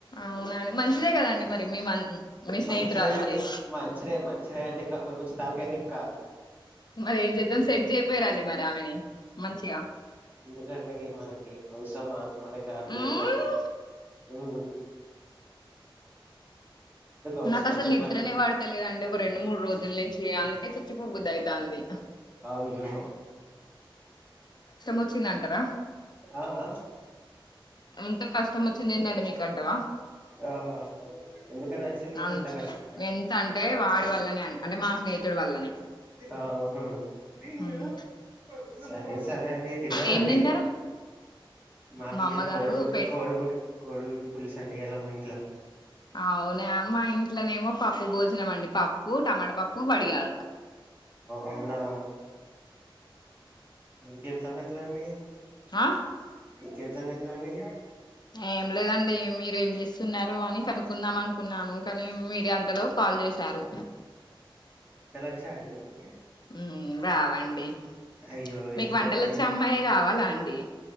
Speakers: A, on the left; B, on the right.
A: అవునండి మంచిదే కదండి మరి మీ మ మీ స్నేహితురాలు
B: మంచిదే అండి
A: మరి
B: మంచిరే మంచిరే అండి ఇంక కొది కొంచెం తలకాయి దిక్క
A: మరి ఏం చేద్దాం సెట్ చేయపోయరండి మరి ఆమెని మంచిగా
B: ఎందుకండి మనకి అవసరమా మన కాదు
A: మ్మ్.
B: లెక్కలు హా అవసరమా
A: నాకు అసలు
B: చెప్పండి
A: నిద్రనే పడతలేదండి ఒక రెండు మూడు రోజుల నుంచి అందుకే చెప్ కుగుదయి <unintelligible> తాంది
B: అయ్యో
A: వచ్చిందంటారా
B: ఆ ఆ
A: ఎంత కష్టం వచ్చింది ఏందండి మీకు అంటవా
B: ఆ ఎందుక నచ్చింది
A: అన్-
B: ఇంత కష్టం
A: ఎంత అంటే వాడి వల్లనే అండి అంటే మా స్నేహితుడి వల్లనే
B: ఆ హ వీని
A: మ్మ్.
B: మీద సరే సరే అండి తిన్నదా
A: ఏం
B: అండి
A: తిన్నారు
B: మాకు
A: మా
B: ఇయాల
A: అమ్మగారు
B: కోడిగుడ్టు,
A: పె
B: కోడిగుడ్డు కోడిగుడ్డు పులుసండి ఇయాల మా ఇంట్లో
A: అవునా మా ఇంట్లోనేమో పప్పు భోజనం అండి పప్పు టమాట పప్పు వడియాలు
B: అవునా ఇంకేం సంగతులండి
A: ఆ
B: ఇంకేం సంగతులండి
A: ఏం లేదండి మీరేం చేస్తున్నారు అని కనుకుందాం అనుకున్నాను. కానీ మీరె అంతలో కాల్ చేశారు.
B: వచ్చాండి మీకు
A: ఉ రావండి
B: అయ్యో
A: మీకు
B: ఎందుకండి
A: వంటలొచ్చే అమ్మాయే కావాలా అండి